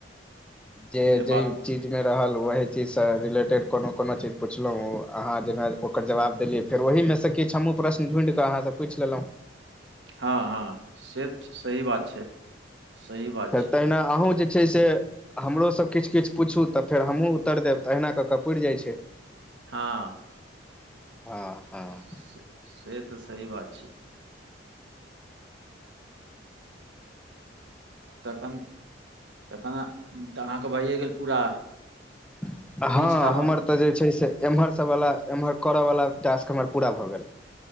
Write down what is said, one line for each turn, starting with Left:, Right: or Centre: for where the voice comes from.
Centre: जे
Right: से बात
Centre: जै चीजमे रहल ओहि चीजसँ रिलेटेड कोनो-कोनो चीज पुछलहुँ ओ अहाँ जेना ओकर जवाब देलियै फेर ओहिमे सॅं किछ हमहूँ प्रश्न ढूॅंढिककऽ अहाँसँ पूछि लेलहुँ।
Right: हँ हँ से तऽ सही बात छै। सही बात
Centre: तॅं
Right: छै
Centre: तहिना अहूँ जे छै से हमरो सभ किछु-किछु पूछू तऽ फेर हमहूँ उतर देब तऽ अहिना कऽ कऽ पुरि जाइत छै
Right: हँ
Centre: हँ, हँ
Right: से, से तऽ सही बात छै! तखन, तखन तऽ अहाँके भइये गेल पूरा
Centre: हँ,
Right: तीसटामे
Centre: हमर तऽ जे छै से, एम्हर सभवला एम्हर करयवला टास्क हमर पूरा भऽ गेल।